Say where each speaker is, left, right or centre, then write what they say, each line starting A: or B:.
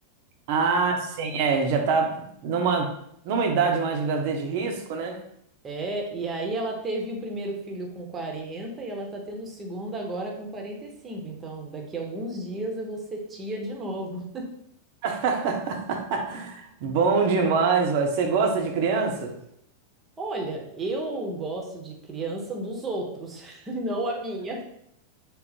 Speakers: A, on the right; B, on the right.
A: ah, sim, é, já tá numa numa idade mais de gravidez de risco, né?
B: É, e aí ela teve o primeiro filho com 40 e ela tá tendo o segundo agora com quarenta e cinco Então, daqui a alguns dias eu vou ser tia de novo.
A: <laughs> Bom demais, vai. Você gosta de criança?
B: Olha, eu gosto de criança dos outros, <laughs> não a minha.